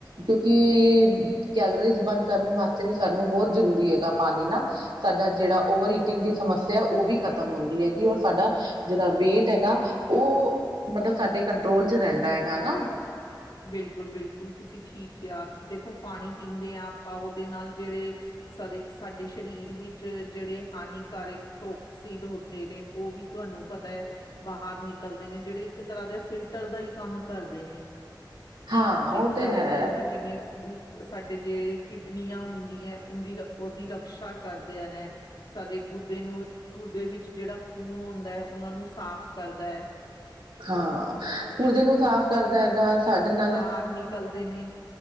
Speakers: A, on the right; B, on the left.
A: ਕਿਉਂਕਿ ਕੈਲੋਰੀਜ਼ ਬੰਦ ਕਰਨ ਵਾਸਤੇ ਵੀ ਸਾਨੂੰ ਬਹੁਤ ਜ਼ਰੂਰੀ ਹੈਗਾ ਪਾਨੀ ਨਾ। ਸਾਡਾ ਜਿਹੜਾ ਓਵਰ ਈਟਿੰਗ ਦੀ ਸਮੱਸਿਆ ਉਹ ਵੀ ਖ਼ਤਮ ਹੁੰਦੀ ਹੈਗੀ ਔਰ ਸਾਡਾ। ਜੇਹੜਾ ਵੇਟ ਹੈਗਾ ਉਹ ਮਤਲਬ ਸਾਡੇ ਕੰਟਰੋਲ ਚ ਰਹਿੰਦਾ ਹੈਗਾ ਨਾ।
B: ਬਿਲਕੁਲ‌, ਬਿਲਕੁਲ ਤੁਸੀਂ ਠੀਕ ਕੇਆ ਦੇਖੋ ਪਾਨੀ ਪੀਂਦੇ ਆ ਆਪਾ ਓਦੇ ਨਾਲ ਜੇੜੇ। ਸ-ਸਾਡੇ ਸ਼ਰੀਰ ਵੀਚ ਜੇੜੇ ਹਾਨੀਕਾਰਕ ਟੋਕਸੀਡ ਹੁੰਦੇ ਨੇ। ਓਵੀ ਤੁਆਨੂ ਪਤਾ ਐ ਬਾਹਰ ਨਿਕਲਦੇ ਨੇ ਜੇੜੇ ਈਕ ਤਰਾ ਦੇ ਫਿਲਟਰ ਦਾ ਹੀ ਕੰਮ ਕਰਦੇ ਨੇ।
A: ਹਾਂ
B: ਦੇਖੇਆ
A: ਉਹ ਤੇ
B: ਹੋਏਗਾ
A: ਹੈ।
B: ਤੁਸੀ ਜਿਵੇਂ। ਉਹ ਸਾਡੇ ਜੇ ਕੀਡਨੀਆਂ ਹੁੰਦੀ ਐ ਓਨਦੀ, ਓਦੀ ਰਕਸ਼ਾ ਕਰਦੇ ਨੈ। ਸਾਡੇ ਗੁਰਦੇ ਨੂੰ ਗੁੁਰਦੇ ਵਿੱਚ ਜਿਹੜਾ ਖੂਨ ਹੁੰਦਾ ਹੈ। ਓਨਾਂ ਨੂੰ ਸਾਫ ਕਰਦੈ।
A: ਹਾਂ ਗੁਰਦੇ ਨੂੰ ਸਾਫ ਕਰਦੈ ਹੈਗਾ ਸਾਡੇ ਨਾਲ।
B: ਹਾਰ ਨੀਕਲਦੇ ਨੇ।